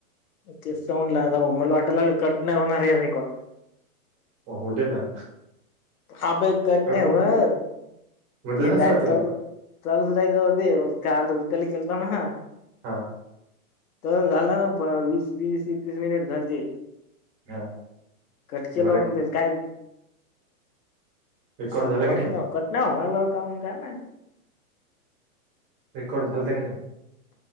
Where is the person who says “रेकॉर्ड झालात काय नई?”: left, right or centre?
Right